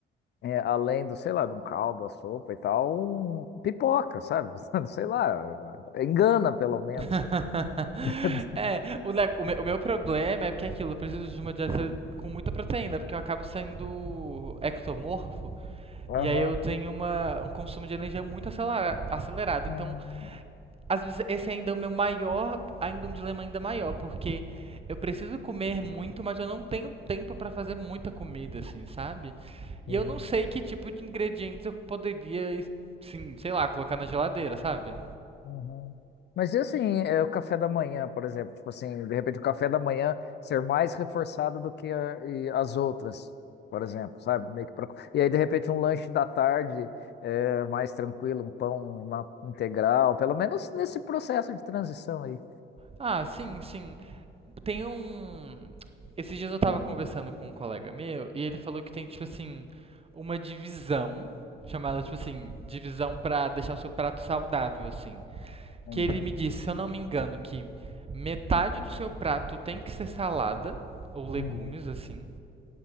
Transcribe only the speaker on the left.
é, além do, sei lá, de um caldo, a sopa e tal, um, pipoca, sabe? <laughs> Sei lá, engana pelo menos.
<laughs>
Aham.
Hum,
sim.
Uhum. Mas e assim, é o café da manhã, por exemplo, tipo assim, de repente o café da manhã ser mais reforçado do que a- e as outras, por exemplo, sabe? Meio que pra... E aí, de repente, um lanche da tarde é, mais tranquilo, um pão uma integral, pelo menos nesse processo de transição aí.
Uhum,
uhum,